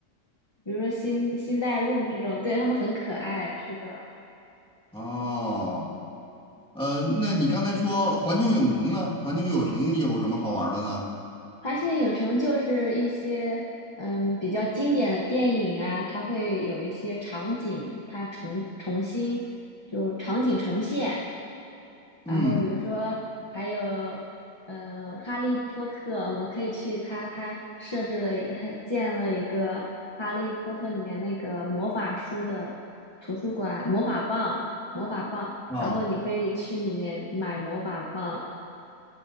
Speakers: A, on the left; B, in the centre.
A: 比如说星星黛露这种，对，他们很可爱，是的。
B: 哦，呃，那你刚才说环球影城呢？环球影城有什么好玩儿的呢？
A: 而且影城就是一些嗯比较经典的电影啊，它会有一些场景，它重重新就场景重现。然后比如说还有
B: 嗯，
A: 嗯《哈利波特》，我们可以去它它设置了还建了一个《哈利波特》里面那个魔法书的图书馆，魔法棒，魔法棒，
B: 啊，
A: 然后你可以去里面买魔法棒。